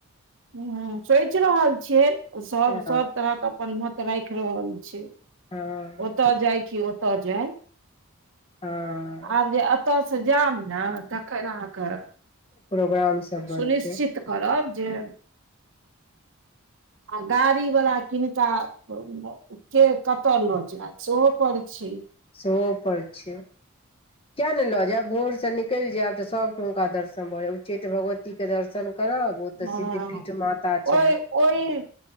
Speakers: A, on the right; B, on the left.
A: ह्म सोचि रहल छियै सब
B: हँ
A: सब तरहके अपन मत राखि रहल छै
B: हँ
A: ओत जाय कि ओत जाय
B: हँ
A: आब जे अ ओत से जाम न तखन अहाँके
B: प्रोग्राम सब बनतै
A: सुनिश्चित करब जे आ गाड़ी वला किनका के कतय ल जात सोहो पर छै
B: सेहो पर छै किए नहि ल जायब भोरस निकलि जायब त सबक हुनका दर्शन भ जायब उच्चैठ भगवतीके दर्शन करब ओ तऽ
A: हँ
B: सिद्धपीठ माता छै
A: ओहि ओहि